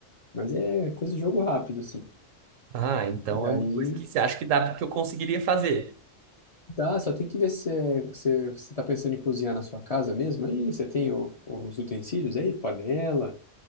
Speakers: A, on the left; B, on the right.
A: Mas é coisa de jogo rápido, assim.
B: Ah, então
A: E daí
B: é uma coisa que você acha que dá que eu conseguiria fazer?
A: dá, só tem que ver se é- se é, você tá pensando em cozinhar na sua casa mesmo. Aí você tem o- os utensílios aí, panela,